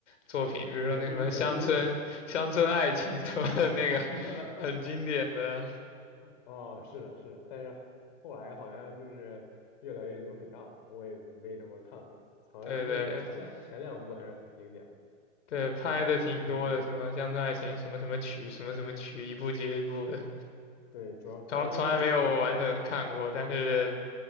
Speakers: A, on the left; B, on the left.
A: 作品，比如说那什么《乡村乡村爱情》什么的那个
B: 文艺文艺作品，<laughs>
A: 很经典的，
B: 哦，是的，是的，但是后后来好像就是越来越流水账了，我也没什么看过，好像那个前两前两部还是很经典的。
A: 对对对，拍的挺多的，
B: 嗯，
A: 什么《乡村爱情》什么什么曲，什么什么曲，一部接一部的。
B: 对，主要主要这些作品
A: 从从来没有完整的看过，但是